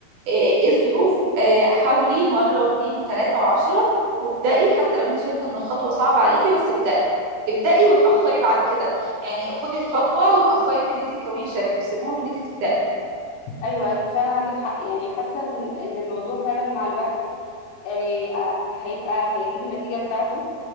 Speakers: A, on the right (about 70°); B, on the left (about 75°).
A: ايه إيه الظروف آه، حاولي مرة واتنين وتلاتة وعشرة وابدأي حتى لو انت شايفة ان الخطوة صعبة عليكي بس ابدأي ابدأي وتأخري بعد كده يعني خدي الخطوة وتأخري في ان انت تكوني شركة بس المهم ان انت تبدأي
B: ايوه انت فعلا عندك حق يعني حاسه ان إن الموضوع فعلا مع الوقت آه، آه، هيبقى هيجيب النتيجه بتاعته